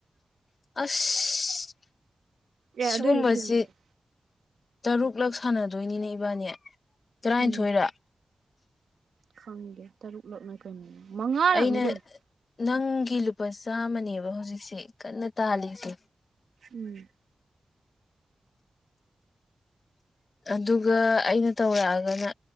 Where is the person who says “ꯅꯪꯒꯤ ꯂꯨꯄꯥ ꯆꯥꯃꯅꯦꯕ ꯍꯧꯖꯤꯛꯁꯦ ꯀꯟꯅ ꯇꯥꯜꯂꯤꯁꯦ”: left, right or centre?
Left